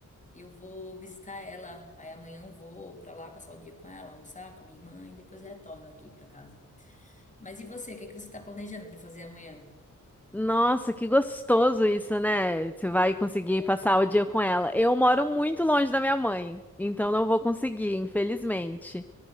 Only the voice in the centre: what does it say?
Nossa, que gostoso isso, né? Você vai conseguir
passar o dia com ela. Eu moro muito longe da minha mãe, então não vou conseguir, infelizmente.